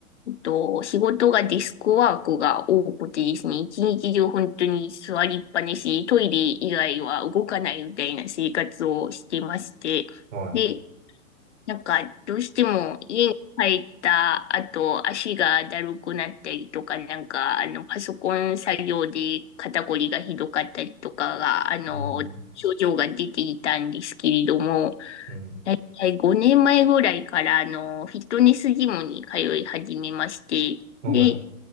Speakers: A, on the left; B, on the right.
A: えっと、仕事がデスクワークが多くてですね、一日中本当に座りっぱなし、トイレ以外は動かないみたいな生活をしてまして、
B: はい。
A: で、なんか、どうしても家に帰った後、足がだるくなったりとか、なんか、あの、パソコン作業で肩こりがひどかったりとかが、あの、
B: うん、
A: 症状が出ていたんですけれども、
B: うん、
A: だいたい5年前ぐらいから、あの、フィットネスジムに通い始めまして、
B: はい。
A: で、